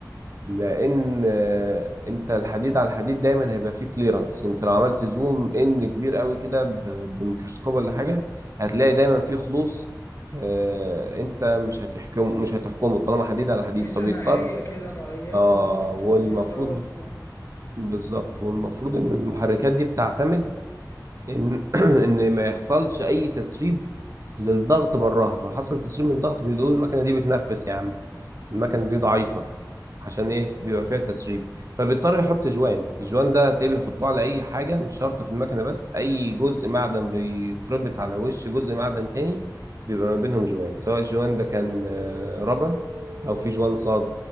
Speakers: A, on the right; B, on the left.
A: لان آه، انت الحديد على الحديد دايما هيبقى فيه كليرنس انت لو عملت زوم ان كبير قوي كده ب- بميكروسكوب ولا حاجه هتلاقي دايما فيه خلوص آه، انت مش هتحكم مش هتحكمه طالما حديد على حديد
B: في سماحية
A: فبيضطر
B: كده معينة
A: اه
B: ممكن
A: والمفروض
B: تبقى في فراغ آه.
A: بالظبط والمفروض ان المحركات دي بتعتمد ان <clears throat> ان ما يحصلش اي تسريب للضغط براها لو حصل تسريب من الضغط بنقول المكنه دي بتنفس يا عم المكنة دي ضعيفة عشان ايه بيبقى فيها تسريب فبيضطر يحط جوان الجوان ده هتلاقيه بيحطوه على اي حاجة مش شرط في المكنة بس اي جزء معدن بيتربط على وش جزء معدن تاني بيبقى ما بينهم جوان سواء الجوان ده كان آه، رابر او في جوان صاج